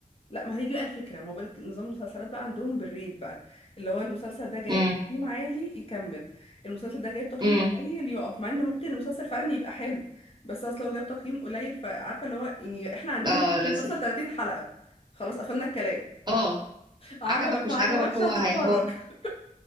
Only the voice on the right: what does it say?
امم
امم
اه
لازم
اه
عجبك مش
عجبك
هو
هي هو